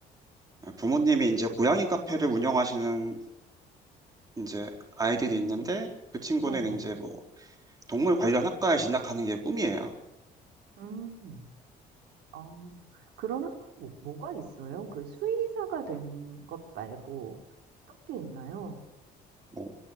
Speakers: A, on the right; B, on the right.
A: 부모님이 이제 고양이 카페를 운영하시는 이제 아이들이
B: 음,
A: 있는데 그 친구는
B: 네네.
A: 이제 뭐 동물 관련 학과에 진학하는 게 꿈이에요.
B: 음, 어, 그런 학교는 뭐, 뭐가 있어요? 그 수의사가 되는 것 말고 어떤 게 있나요?
A: 뭐